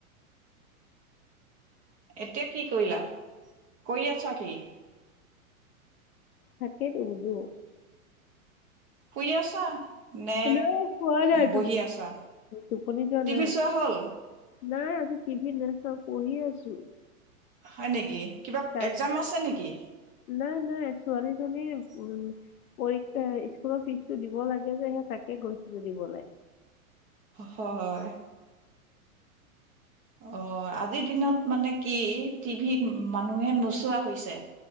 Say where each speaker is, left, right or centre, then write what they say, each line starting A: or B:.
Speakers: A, on the right; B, on the left.
A: এতিয়া কি কৰিলা, কৰি আছা কি?
B: তাকেইতো বোলো
A: শুই আছা। নে
B: হে শুৱা নাই,
A: বহি আছা?
B: টোপনি যোৱা
A: টিভি
B: নাই।
A: চোৱা হ'ল
B: নাই, আজি টি ভি নেচাওঁ, পঢ়ি আছো।
A: হয় নেকি? কিবা
B: তাই।
A: এক্জাম আছে নেকি
B: নাই নাই, ছোৱালীজনীৰ
A: <inaudible>
B: পৰীক্ষাৰ, স্কুলৰ ফিজটো দিব লাগে যে সেই তাকে গৈছিলো দিবলে।
A: হয়। অ', আজিৰ দিনত মানে কি টিভিক মানুহে নোচোৱা হৈছে।